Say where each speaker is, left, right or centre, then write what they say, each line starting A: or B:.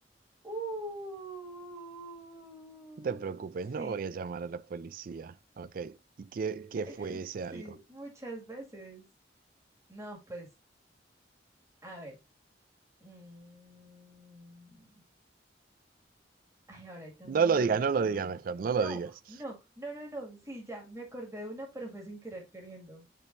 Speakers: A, on the right; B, on the right.
A: Uh,
B: No te preocupes,
A: sí,
B: no voy a llamar a la policía. Ok. ¿Y qué, qué
A: <laughs>
B: fue ese
A: sí,
B: algo?
A: muchas veces. No, pues, a ver. Mm, Ay, ahorita
B: No
A: mismo
B: lo
A: no
B: digas,
A: me
B: no
A: acuerdo.
B: lo digas mejor, no lo
A: No,
B: digas.
A: no, no, no, no. Sí, ya, me acordé de una, pero fue sin querer queriendo.